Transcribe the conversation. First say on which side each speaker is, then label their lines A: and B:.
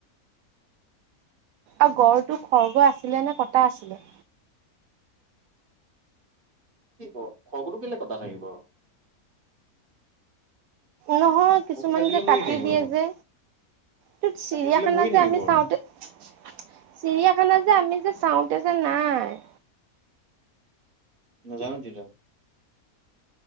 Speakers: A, on the right; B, on the right.
A: আৰু গড়টো খৰ্গ আছিলে নে কটা আছিলে।
B: কি ক খৰ্গতো কেলে কটা থাকিব আৰু।
A: নহয় কিছুমান
B: খৰ্গটো কাটিলে
A: যে
B: মৰিয়ে
A: কাটি
B: থাকিব
A: দিয়ে
B: দেখোন।
A: যে ত চিৰিয়াখানা
B: ৰাতি দিলে মৰি
A: যে
B: থাকিব
A: আমি
B: আৰু
A: চাওঁতে চিৰিয়াখানা যে আমি যে চাওঁতে যে নাই।
B: নাজানোঁ তেতিয়া।